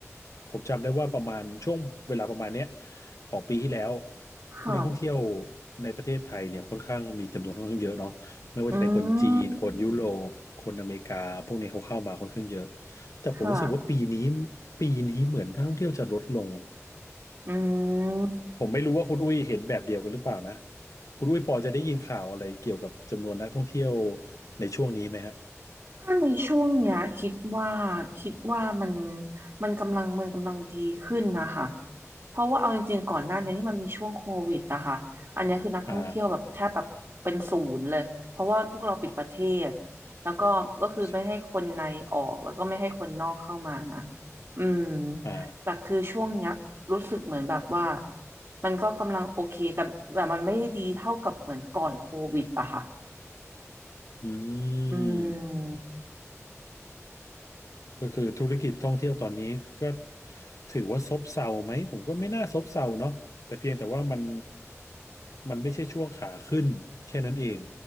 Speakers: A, on the left; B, on the right.
A: ผมจำได้ว่าประมาณช่วงเวลาประมาณเนี้ยของปีที่แล้ว
B: ค่ะ
A: คุณนักท่องเที่ยวในประเทศไทยเนี่ยค่อนข้างมีจำนวนค่อนข้างเยอะเนาะไม่ว่าจะเป็นคนจีนคนยุโรปคนอเมริกาพวกนี้เขาเข้ามาค่อนข้างเยอะ
B: อืม
A: แต่ผมรู้สึกว่าปีนี้
B: ค่ะ
A: ปีนี้เหมือนนักท่องเที่ยวจะลดลง
B: อืม
A: ผมไม่รู้ว่าคุณอุ้ยเห็นแบบเดียวกันหรือเปล่านะคุณอุ้ยพอจะได้ยินข่าวอะไรเกี่ยวกับจำนวนนักท่องเที่ยวในช่วงนี้ไหมฮะ
B: ถ้าในช่วงเนี้ยคิดว่าคิดว่ามันมันกำลังมันกำลังดีขึ้นนะคะเพราะว่าเอาจริงๆก่อนหน้านี้ที่มันมีช่วงโควิดอะค่ะอันเนี้ยคือนักท่องเที่ยวแบบแทบแบบเป็นศูนย์เลยเพราะว่าพวกเราปิดประเทศ
A: อ่า
B: แล้วก็ก็คือไม่ให้คนในออกแล้วก็ไม่ให้คนนอกเข้ามานะ
A: ใช่
B: อืม
A: อ่า
B: แต่คือช่วงเนี้ยรู้สึกเหมือนแบบว่ามันก็กำลังโอเคแต่แต่มันไม่ได้ดีเท่ากับเหมือนก่อนโควิดอะค่ะ
A: อืม
B: อืม
A: ก็คือธุรกิจท่องเที่ยวตอนนี้ก็ถือว่าซบเซาไหมผมก็ไม่น่าซบเซาเนาะแต่เพียงแต่ว่ามันมันไม่ใช่ช่วงขาขึ้นแค่นั้นเอง